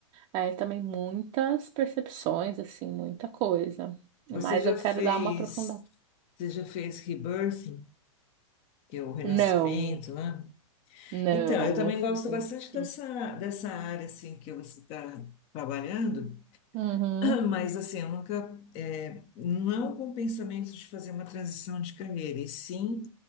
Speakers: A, on the right; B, on the left.
A: é, também muitas percepções, assim, muita coisa.
B: Você
A: Mas
B: já
A: eu
B: fez,
A: quero dar uma aprofundada.
B: você já fez rebirthing, que é o renascimento,
A: Não,
B: né?
A: Não,
B: Então, eu também
A: não fiz
B: gosto
A: ainda.
B: bastante dessa,
A: Hum.
B: dessa área assim que você está trabalhando,
A: Uhum,
B: <clears throat> mas assim, eu nunca é, não com o pensamento de fazer uma transição de carreira, e sim